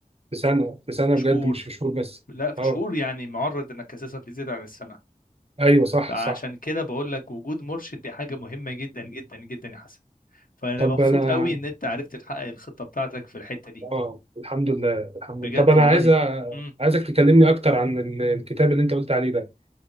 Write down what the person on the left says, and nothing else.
في شهور
لا في
شهور يعني معرض انك اساسا تزيد عن السنه
فعشان
كده بقول لك وجود مرشد دي حاجة مهمة جدا جدا جدا يا حسن فأنا
مبسوط
قوي إن أنت عرفت تحقق الخطة بتاعتك في الحتة دي
بجد
والله
امم